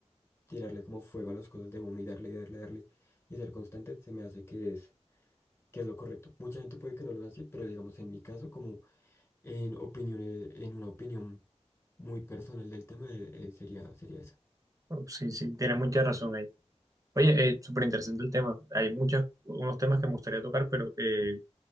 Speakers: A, on the left; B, on the right.
A: tirarle como fuego a las cosas de uno y darle, y darle, darle y ser constante, se me hace que es, que es lo correcto. Mucha gente puede que no lo haga así, pero digamos en mi caso como... En opinión, eh, en una opinión muy personal del tema, eh, eh, sería, sería esa.
B: Bueno, sí, sí, tiene mucha razón ahí. Oye, eh, súper interesante el tema. Hay muchos, unos temas que me gustaría tocar, pero eh,